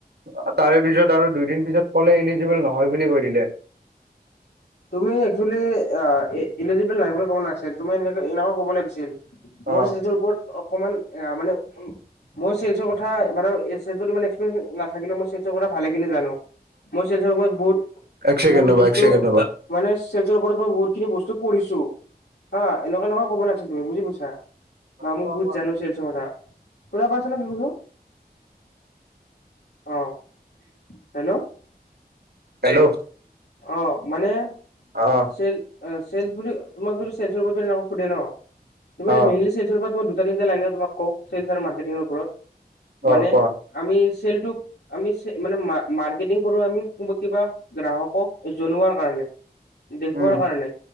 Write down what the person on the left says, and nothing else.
তুমি একচুৱেলি অ ইলিজিবল নাই বুলি ক'ব নাগিছিল তুমি এনেকাও ক'ব লাগিছিল। মোৰ
ছেলছৰ ওপৰত অকমান আহ মানে উম' মই চেলচৰ কথা মানে ইক্সপ্ৰিয়েন্স নাথাকিলেও মই চেলচৰ কথা ভালেখিনি জানো। মই চেলচৰ ওপৰত বহুত
বহুত
বস্তু-
মানে চেলচৰ ওপৰত মই বহুত খিনি বস্তু পঢ়িছো। হাঁ এনকা এনকা কব লাগি তুমি বুজি পাইছা? বা মই
বহুত
জানো চেলচৰ কথা শুনা পাইছা না কি কৈছো? অঁ হেল্লৌ'
অঁ মানে,
চেলচ অঁ চেলচ বুলি মই কলো চেলচৰ কথা শুধে ন তুমি
মেইনলি- চেলচৰ ওপৰত মই দুটা তিনিটা লাইনে তোমাক কওঁ চেলচ আৰু মাৰ্কিটিংৰ ওপৰত
মানে-
আমি চেলটোক আমি মানে মাৰ্কেটিং কৰো আমি কিবা গ্ৰাহক- কক জনোৱাৰ কাৰণে দেখুৱাৰ
কাৰণে